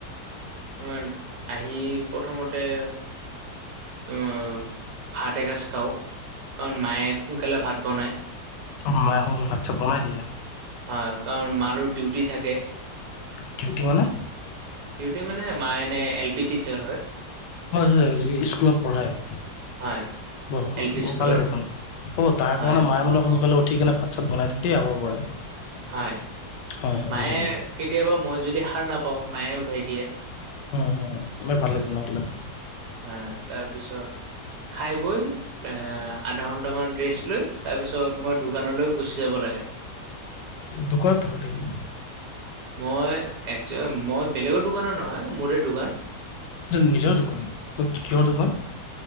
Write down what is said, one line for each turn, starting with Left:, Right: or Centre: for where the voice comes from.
Right: তোমাৰ আহি, প্ৰথমতে তোমাৰ ভাত এসাজ খাওঁ, কাৰণ মায়ে সোনকালে ভাত বনায়।
Left: অ, মাই সোনকালে ভাত-চাত বনাই দিয়া।
Right: হয়, কাৰণ মাৰো, ডিউটি থাকে।
Left: ডিউটি মানে?
Right: ডিউটি মানে, মায়ে এনে এল, পি, টিচাৰ হয়।
Left: হয়, হয়, হেই ইস্কুলত পঢ়ায়?
Right: হয়
Left: ব-বৰ,
Right: এল পি স্কুলৰ
Left: ভালে দেখোন অ, তাৰ
Right: হয়
Left: কাৰণে মায়ে মান সোনকালে উঠি কেনে ভাত চব, বনাই থৈয় দিয়ে আগৰ পৰাই।
Right: হয়
Left: হয় হয়
Right: মায়ে,
Left: বুজিলো।
Right: কেতিয়াবা মই যদি সাৰ নাপাওঁ মায়ে উঠাই দিয়ে।
Left: উম, এনে ভালে টো নহ'লে।
Right: হা, তাৰপিছত খাই বৈ এ, আধা ঘন্টামান ৰেচ লৈ, তাৰ পিছত মই দোকানলৈ গুচি যাব লাগে।
Left: দোকানত থকা তুমি?
Right: মই এষ্কে মই, বেলেগৰ দোকানৰ নহয়, মোৰেই দোকান।
Left: নিজৰ দোকান, এই কিহৰ দোকান?